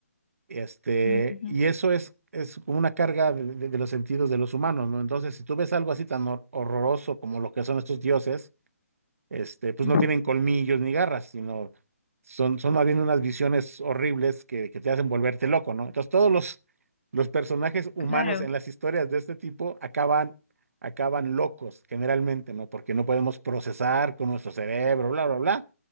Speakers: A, on the right; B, on the left.
A: este,
B: ujú,
A: y eso es, es como una carga de, de- de los sentidos de los humanos, ¿no? Entonces, si tú ves algo así tan hor- horroroso como lo que son estos dioses, este, pues
B: ujú.
A: no tienen colmillos ni garras, sino son, son más bien unas visiones horribles que, que te hacen volverte loco, ¿no? Entonces todos los, los personajes humanos
B: Claro.
A: en las historias de este tipo acaban, acaban locos generalmente, ¿no? Porque no podemos procesar con nuestro cerebro, bla, bla, bla,